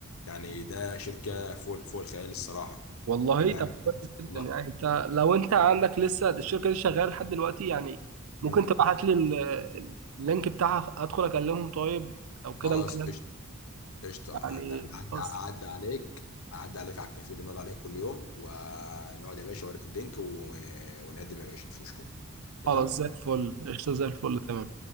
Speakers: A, on the left; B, on the right.
A: يعني ده شركه فوق فوق الخيال الصراحه
B: والله
A: فعلا
B: طب كويس جدا
A: والله
B: يعني انت لو انت عندك لسه الشركه دي شغاله لحد دلوقتي يعني ممكن
A: فعلا
B: تبعت لي ال- ال- اللينك بتاعها ادخل اكلمهم طيب او كده
A: خلاص
B: ممكن أد-
A: قشطة. قشطة عن-
B: يعني
A: نعدي
B: خلاص
A: أعدي عليك أعدي عليك على الكافيه اللي بنقعد عليه كل يوم ونقعد يا باشا أوريك اللينك و... ونقدم يا باشا مش مشكلة تمام
B: خلاص زي الفل قشطه زي الفل تمام